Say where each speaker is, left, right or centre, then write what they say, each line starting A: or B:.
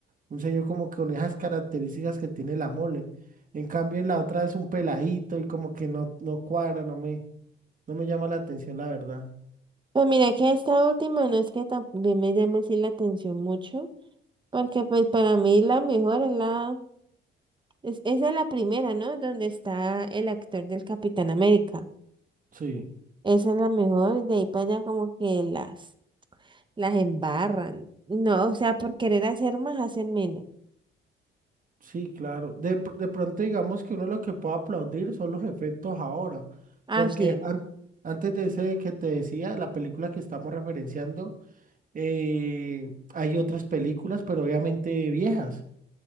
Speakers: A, on the right; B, on the right.
A: Un señor como que con esas características que tiene la mole. En cambio, en la otra es un peladito y como que no, no cuadra, no me, no me llama la atención, la verdad.
B: Pues mira que esta última no es que también me llame así la atención mucho, porque pues para mí la mejor es la, es, esa es la primera, ¿no? Donde está el actor del Capitán América.
A: Sí.
B: Esa es la mejor, y de ahí para allá como que las, las embarran. No, o sea, por querer hacer más, hacen menos.
A: Sí, claro. De, pr- de pronto digamos que uno lo que puede aplaudir son los efectos ahora,
B: Ah,
A: porque
B: sí,
A: an- antes de ese que te decía, la película que estamos referenciando, eh, hay otras películas, pero obviamente viejas,